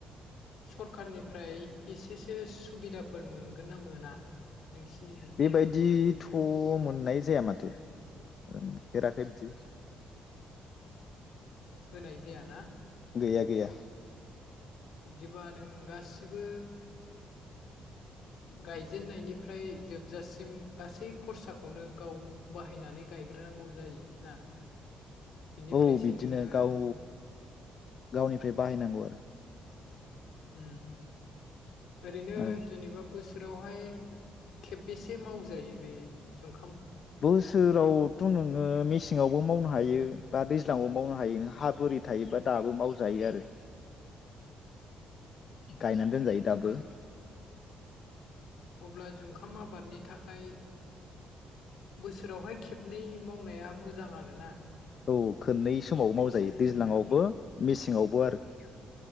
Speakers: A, on the left; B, on the left.
A: सरखारारनिफ्राय एसेसो सुबिदाफोर मोनगोन ना मोना? नोंसिनिजोंहाय
B: बेबायदिथ' मोननाय जाया माथो ओम देराखै बिदि।
A: होनाय जायाना
B: गैया गैया।
A: बिदिबा नों गासिबो गायजेननायनिफ्राय जोबजासिम गासै खरसाखौनो गाव बाहायनानै गायग्रोनांगौ जायो ना बिनिफ्रायसो
B: औ बिदिनो
A: नोङो
B: गाव गावनिफ्राय बाहायनांगौ आरो।
A: हम ओरैनो
B: औ
A: जेनेबा बोस बेवहाय खेबबेसे मावजायो बे जुं
B: बोसोरावथ' नोङो मेसेङावबो मावनो हायो। बा दैज्लांयाव मावनो हायो नों हा बोरि थायोबा दाबो मावजायो आरो।
A: अ
B: गायनानै दोनजायो
A: जुंखा
B: दाबो।
A: अब्ला जुंखाम आबादनि थाखाय बोसोरावहाय खेबनै मावनाया मोजां आरोना।
B: औ खोननै समावबो
A: नोंसिनिजोंहाय
B: मावजायो दैज्लांआवबो मेसेङावबो आरो।